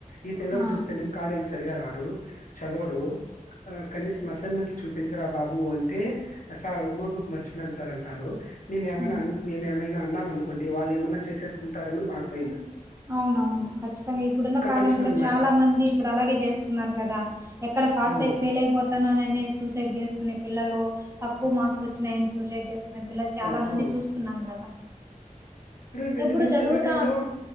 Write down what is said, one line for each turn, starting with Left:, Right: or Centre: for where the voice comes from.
Left: ఈ పిల్లోడు
Right: ఆ
Left: చూస్తేనేమో కాలేజ్ సరిగా రాడు చదవడు ఆ కనీసం మసన్మెట్లు చూపించరా బాబు అంటే సార్ ఇంకో బుక్ మర్చిపోయిన సార్ అంటారు మేమేమైనా
Right: ఉమ్,
Left: మేమేమైనా అన్నామ అనుకోండి వాళ్ళు ఏమన్నా చేసేసుకుంటార ఏమో అని మాకు భయం
Right: అవునవును ఖచ్చితంగా ఇప్పుడున్న కాలంలో
Left: టెన్షన్ అన్నమాట.
Right: చాలా మంది ఇప్పుడు అలాగే చేస్తున్నారు కద ఎక్కడ ఫాస్ట్
Left: అవును.
Right: అయి ఫెయిల్ అయిపోతాను అనే సూసైడ్ చేసుకునే పిల్లలు తక్కువ మార్క్స్ వచ్చినాయని సూసైడ్ చేకు నేను పిల్లలు చాలా
Left: అవును.
Right: మంది
Left: అవును.
Right: చూస్తున్నాను కదా
Left: ఇక్కడేంటంటే
Right: ఎప్పుడు
Left: మేము
Right: చదువుతా
Left: చదివే టైంలో